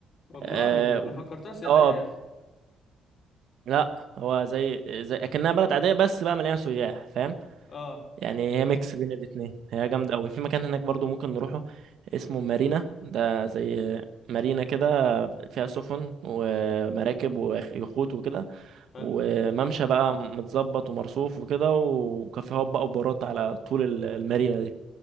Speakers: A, on the left (about 50°); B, on the right (about 70°).
A: والله
B: اه
A: انا فكرتها سياحيه
B: آه،
A: يا اخي
B: لا هو زي زي اكنها بلد عاديه بس بقى مليانه سياح فاهم
A: اه
B: يعني هي ميكس بين الاتنين هي جامده قوي في مكان هناك برضو ممكن نروحه اسمه مارينا ده زي مارينا كده فيها سفن ومراكب ويخوت وكده
A: حلو
B: وممشى بقى متظبط ومرصوف وكده وكافيهات بقى وبارات على طول ال- المارينا دي